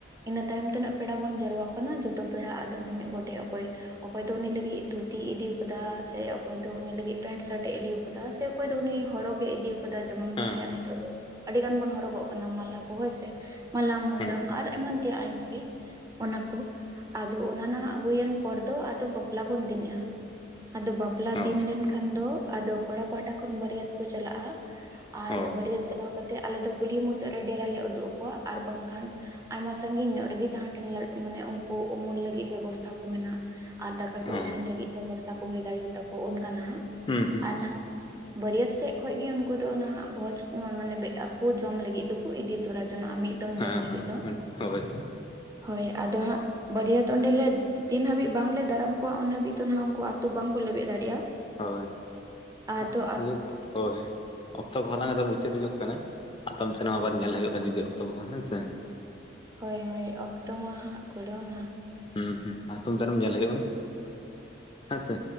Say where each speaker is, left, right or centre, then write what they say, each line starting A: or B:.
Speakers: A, on the right (about 15°); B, on the left (about 25°).
A: ᱤᱱᱟᱹ ᱛᱟᱭᱚᱢ ᱛᱤᱱᱟᱹᱜ ᱯᱮᱲᱟ ᱵᱚᱱ ᱡᱟᱨᱣᱟ ᱟᱠᱟᱱᱟ ᱡᱚᱛᱚ ᱯᱮᱲᱟ ᱟᱫᱚ ᱢᱤᱢᱤᱫ ᱜᱚᱴᱮᱡ ᱚᱠᱚᱭ ᱚᱠᱚᱭ ᱫᱚ ᱩᱱᱤ ᱞᱟᱹᱜᱤᱫ ᱫᱷᱩᱛᱤ ᱤᱫᱤᱣᱠᱟᱫᱟ ᱥᱮ ᱚᱠᱚᱭ ᱫᱚ ᱩᱱᱤ ᱞᱟᱹᱜᱤᱫ ᱯᱮᱱᱴ ᱥᱟᱨᱴ ᱮ ᱤᱫᱤᱣ ᱥᱮ ᱚᱠᱚᱭ ᱫᱚ ᱩᱱᱤ ᱦᱚᱨᱚᱜᱮ ᱤᱫᱤᱣᱠᱟᱫᱟ ᱡᱮᱢᱚᱱ
B: ᱦᱮᱸ
A: ᱵᱚᱱ ᱞᱟᱹᱭᱟ
B: ᱦᱮᱸ
A: ᱱᱤᱛᱚᱜ ᱫᱚ ᱟᱹᱰᱤ ᱜᱟᱱ ᱵᱚᱱ ᱦᱚᱨᱚᱜᱚᱜ ᱠᱟᱱᱟ ᱢᱟᱞᱟ ᱠᱚ ᱦᱳᱭᱥᱮ ᱢᱟᱞᱟ ᱢᱩᱫᱟᱹᱢ
B: ᱦᱮᱸ
A: ᱟᱨ ᱮᱢᱟᱱ ᱛᱮᱭᱟᱜ ᱟᱭᱢᱟ ᱜᱮ ᱚᱱᱟ ᱠᱚ ᱟᱫᱚ ᱚᱱᱟ ᱱᱟᱦᱟᱜ ᱦᱩᱭᱮᱱ ᱯᱚᱨ ᱫᱚ ᱟᱫᱚ ᱵᱟᱯᱞᱟ ᱵᱚᱱ ᱫᱤᱱᱮᱜ ᱟ᱾ ᱟᱫᱚ ᱵᱟᱯᱞᱟ
B: ᱚ
A: ᱫᱤᱱ ᱞᱮᱱᱠᱷᱟᱱ ᱫᱚ ᱟᱫᱚ ᱠᱚᱲᱟ ᱯᱟᱦᱟᱴᱟ ᱠᱷᱚᱱ ᱵᱟᱹᱨᱭᱟᱹᱛ ᱠᱚ ᱪᱟᱞᱟᱜᱼᱟ᱾ ᱟᱨ
B: ᱚ
A: ᱵᱟᱹᱨᱭᱟᱹᱛ ᱪᱟᱞᱟᱣ ᱠᱟᱛᱮᱜ ᱟᱞᱮ ᱫᱚ ᱠᱩᱞᱦᱤ ᱢᱩᱪᱟᱹᱫ ᱨᱮ ᱰᱮᱨᱟ ᱞᱮ ᱩᱫᱩᱜ ᱟᱠᱚᱣᱟ ᱟᱨ ᱵᱟᱝᱠᱷᱟᱱ ᱟᱭᱢᱟ ᱥᱟᱟᱹᱜᱤᱧ ᱧᱚᱜ ᱨᱮᱜᱮ ᱡᱟᱦᱟᱸ ᱴᱷᱮᱱ ᱞᱮ ᱢᱟᱱᱮ ᱩᱱᱠᱩ ᱩᱢᱩᱞ ᱞᱟᱹᱜᱤᱫ ᱵᱮᱵᱚᱥᱛᱷᱟ ᱠᱚ ᱢᱮᱱᱟᱜ ᱟᱨ ᱫᱟᱠᱟ ᱠᱚ
B: ᱚ
A: ᱤᱥᱤᱱ ᱞᱟᱹᱜᱤᱫ ᱵᱮᱵᱚᱥᱛᱷᱟ ᱠᱚ ᱦᱩᱭ ᱫᱟᱲᱮᱭᱟᱛᱟᱠᱚ ᱚᱱᱠᱟ ᱱᱟᱦᱟᱜ
B: ᱦᱩᱸ ᱦᱩᱸ
A: ᱟᱨ ᱱᱟᱦᱟᱜ ᱵᱟᱹᱨᱭᱟᱹᱛ ᱥᱮᱫ ᱠᱷᱚᱡ ᱜᱮ ᱩᱱᱠᱩ ᱫᱚ ᱚᱱᱟᱦᱟᱜ ᱵᱷᱚᱡᱽ ᱢᱟᱱᱮ ᱵᱮᱴᱟ ᱠᱚ ᱡᱚᱢ ᱞᱟᱹᱜᱤᱫ ᱫᱚᱠᱚ ᱤᱫᱤ ᱛᱚᱨᱟ ᱡᱚᱱᱟᱜᱼᱟ ᱢᱤᱫ ᱫᱚᱢ
B: ᱦᱮᱸ
A: ᱡᱚᱢ ᱞᱟᱹᱜᱤᱫ ᱫᱚ
B: ᱦᱮᱸ ᱦᱳᱭ
A: ᱦᱳᱭ ᱟᱫᱚ ᱦᱟᱸᱜ ᱵᱟᱹᱨᱭᱟᱹᱛ ᱚᱸᱰᱮᱞᱮ ᱛᱤᱱ ᱦᱟᱹᱵᱤᱡ ᱵᱟᱝᱞᱮ ᱫᱟᱨᱟᱢ ᱠᱚᱣᱟ ᱩᱱ ᱦᱟᱹᱵᱤᱡ ᱱᱟᱦᱟᱜ ᱩᱱᱠᱩ ᱟᱛᱳ ᱵᱟᱝᱠᱚ ᱞᱮᱵᱮᱫ ᱫᱟᱲᱮᱭᱟᱜᱼᱟ
B: ᱦᱳᱭ
A: ᱟᱫᱚ
B: <unintelligible> ᱚᱠᱛᱚ ᱠᱚ <unintelligible> ᱟᱫᱚ ᱢᱩᱪᱟᱹᱫ ᱦᱤᱡᱩᱜ ᱠᱟᱱᱟ ᱟᱛᱷᱟᱢ ᱵᱟᱨ ᱱᱚᱣᱟ ᱵᱟᱨ ᱧᱮᱞ ᱦᱩᱭᱩᱜ-ᱟ, ᱡᱩᱫᱤ ᱛᱚ ᱦᱮᱸ ᱥᱮ
A: ᱦᱳᱭ ᱦᱳᱭ ᱚᱠᱛᱚ ᱢᱟ ᱦᱟᱸᱜ ᱠᱩᱲᱟᱹᱣᱱᱟ᱾
B: ᱦᱩᱸ ᱦᱩ ᱦᱟᱛᱚᱢ ᱫᱟᱨᱮᱢ ᱧᱮᱞᱮᱜᱮ ᱵᱚᱱ ᱦᱮᱸ ᱥᱮ